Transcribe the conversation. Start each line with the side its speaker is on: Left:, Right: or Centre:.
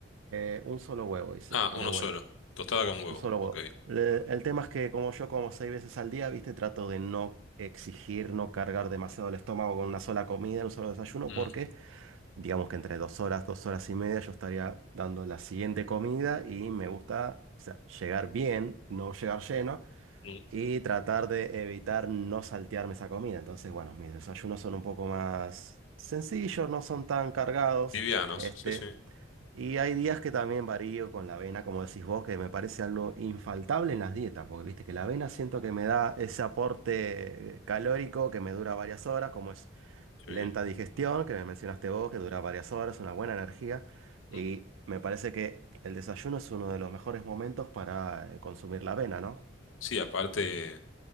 Right: eh, un solo huevo, hice,
Left: Ah,
Right: revuelto.
Left: uno solo. Tostada con
Right: Un
Left: huevo,
Right: solo
Left: ok.
Right: huevo. Le- el tema es que como yo como seis veces al día, ¿viste? Trato de no exigir, no cargar demasiado el estómago con una sola comida, un solo desayuno,
Left: Mm,
Right: porque... Digamos que entre dos horas, dos horas y media yo estaría dando la siguiente comida y me gusta, o sea, llegar bien, no llegar lleno
Left: mm.
Right: y tratar de evitar no saltearme esa comida. Entonces, bueno, mis desayunos son un poco más sencillos, no son tan cargados,
Left: Livianos,
Right: este,
Left: sí, sí,
Right: y hay días que también varío con la avena, como decís vos, que me parece algo infaltable en las dietas, porque viste que la avena siento que me da ese aporte calórico que me dura varias horas, como es
Left: sí.
Right: lenta digestión, que me mencionaste vos, que dura varias horas, una buena energía. Y
Left: Mm.
Right: me parece que el desayuno es uno de los mejores momentos para eh, consumir la avena, ¿no?
Left: Sí, aparte,